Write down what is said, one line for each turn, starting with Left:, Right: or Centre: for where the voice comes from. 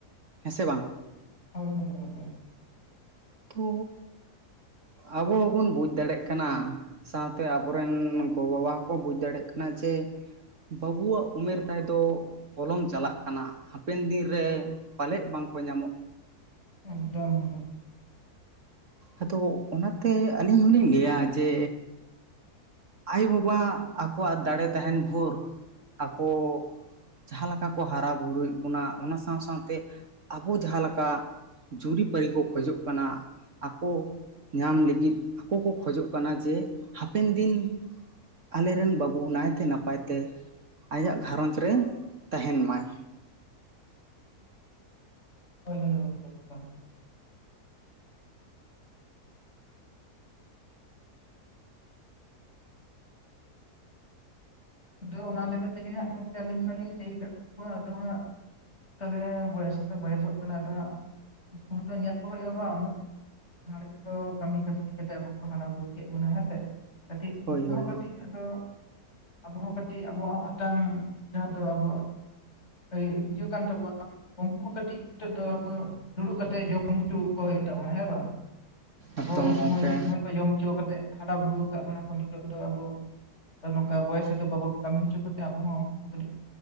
Right: ᱦᱮᱸ ᱥᱮ ᱵᱟᱝ?
Left: ᱦᱳᱭ ᱦᱳᱭ ᱜᱚᱝᱠᱮ,
Right: ᱛᱚ ᱟᱵᱚ ᱦᱚᱸᱵᱚᱱ ᱵᱩᱡᱽ ᱫᱟᱲᱮᱮᱜ ᱠᱟᱱᱟ, ᱥᱟᱶᱛᱮ ᱟᱵᱚᱨᱮᱱ ᱜᱚᱵᱟᱵᱟ ᱦᱚᱸᱠᱚ ᱵᱩᱡᱽ ᱫᱟᱲᱮᱜ ᱠᱟᱱᱟ ᱡᱮ ᱵᱟᱹᱵᱩᱣᱟᱜ ᱩᱢᱮᱨ ᱛᱟᱭ ᱫᱚ ᱯᱚᱞᱚᱢ ᱪᱟᱞᱟᱜ ᱠᱟᱱᱟ ᱦᱟᱯᱮᱱ ᱫᱤᱱ ᱨᱮ ᱯᱟᱞᱮᱫ ᱵᱟᱝᱠᱚ ᱧᱟᱢᱚᱜ,
Left: ᱮᱠᱫᱚᱢ <unintelligible>
Right: ᱟᱫᱚ ᱚᱱᱟᱛᱮ ᱟᱹᱞᱤᱧ ᱦᱚᱞᱤᱧ ᱞᱟᱹᱭᱟ ᱡᱮ, ᱟᱭᱩᱼᱵᱟᱵᱟ ᱟᱠᱚᱣᱟᱜ ᱫᱟᱲᱮ ᱛᱟᱦᱮᱱ ᱵᱷᱳᱨ ᱟᱠᱚ ᱡᱟᱦᱟᱸ ᱞᱮᱠᱟ ᱠᱚ ᱦᱟᱨᱟ ᱵᱩᱨᱩᱭᱮᱫ ᱵᱚᱱᱟ ᱚᱱᱟ ᱥᱟᱶ ᱥᱟᱶᱛᱮ ᱟᱵᱚ ᱡᱟᱦᱟᱸ ᱞᱮᱠᱟ ᱡᱩᱨᱤᱼᱯᱟᱨᱤ ᱠᱚ ᱠᱷᱚᱡᱚᱜ ᱠᱟᱱᱟ ᱟᱠᱚ ᱧᱟᱢ ᱞᱟᱹᱜᱤᱫ ᱟᱠᱚ ᱠᱚ ᱠᱷᱚᱡᱚᱜ ᱠᱟᱱᱟ ᱡᱮ ᱦᱟᱯᱮᱱ ᱫᱤᱱ ᱟᱞᱮᱨᱮᱱ ᱵᱟᱹᱵᱩ ᱱᱟᱭᱛᱮ ᱱᱟᱯᱟᱭ ᱛᱮ ᱟᱭᱟᱜ ᱜᱷᱟᱨᱚᱸᱡᱽ ᱨᱮ ᱛᱟᱦᱮᱱ ᱢᱟᱭ᱾
Left: <unintelligible> <inaudible> ᱟᱫᱚ ᱚᱱᱟ ᱞᱮᱠᱟᱛᱮᱜᱮ ᱟᱫᱚ ᱜᱚᱝᱠᱮ ᱟᱹᱞᱤᱧ ᱢᱟᱞᱤᱧ ᱞᱟᱹᱭ ᱟᱠᱟᱫ ᱠᱚᱣᱟ ᱟᱫᱚ ᱦᱟᱸᱜ ᱛᱚᱵᱮ ᱵᱚᱭᱮᱥ ᱦᱚᱸ ᱠᱚ ᱵᱟᱭᱮᱥ-ᱚᱜ ᱠᱟᱱᱟ ᱟᱫᱚ ᱦᱟᱸᱜ ᱩᱱᱠᱩ ᱦᱚᱸᱛᱚ ᱧᱮᱞ ᱠᱚ ᱦᱩᱭᱩᱜ-ᱟ ᱵᱟᱝ ᱩᱱᱟᱹᱜ ᱦᱚᱲ ᱠᱚ ᱠᱟᱹᱢᱤ ᱠᱟᱹᱥᱱᱤ ᱠᱟᱛᱮᱮᱫ ᱟᱵᱚ ᱠᱚ ᱦᱟᱨᱟ ᱵᱩᱨᱩ ᱠᱮᱫ ᱵᱚᱱᱟ ᱦᱮᱸ ᱥᱮ ᱠᱟᱹᱴᱤᱡ
Right: ᱦᱳᱭ
Left: ᱢᱤᱫ ᱫᱷᱟᱣ
Right: ᱦᱳᱭ
Left: ᱠᱟᱹᱴᱤᱡ ᱟᱫᱚ ᱟᱵᱚ ᱦᱚᱸ ᱠᱟᱹᱴᱤᱡ ᱟᱵᱚ ᱦᱚᱸ ᱦᱟᱛᱟᱝ ᱡᱟᱦᱟᱸ ᱫᱚ ᱟᱵᱚᱣᱟᱜ ᱤᱡᱩᱜ ᱠᱟᱱ ᱛᱟᱵᱚᱱᱟ᱿ ᱩᱱᱠᱩ ᱦᱚᱸ ᱠᱟᱹᱴᱤᱡ ᱱᱤᱛᱚᱜ ᱫᱚ ᱟᱫᱚ ᱫᱩᱲᱩᱵ ᱠᱟᱛᱮᱮᱫ ᱡᱚᱢ ᱦᱚᱪᱚ ᱠᱚ ᱛᱵᱚᱱᱟ ᱦᱮᱸ ᱵᱟᱝ ᱟᱵᱚ
Right: ᱮᱠᱫᱚᱢ
Left: ᱩᱱ
Right: ᱜᱚᱢᱠᱮ
Left: ᱥᱚᱢᱚᱭ ᱢᱤᱫ ᱥᱚᱢᱚᱭ ᱠᱚ ᱡᱚᱢ ᱦᱚᱪᱚ ᱠᱟᱛᱮᱜ ᱦᱟᱸᱰ ᱵᱩᱨᱩ ᱟᱠᱟᱫ ᱵᱚᱱᱟ ᱠᱚ ᱱᱤᱛᱚᱜ ᱫᱚ ᱟᱵᱚ ᱱᱚᱝᱠᱟ ᱵᱚᱭᱮᱥ ᱵᱟᱵᱚ ᱠᱟᱹᱢᱤ ᱦᱚᱪᱚ ᱠᱟᱛᱮ ᱟᱵᱚ ᱦᱚᱸᱮᱱ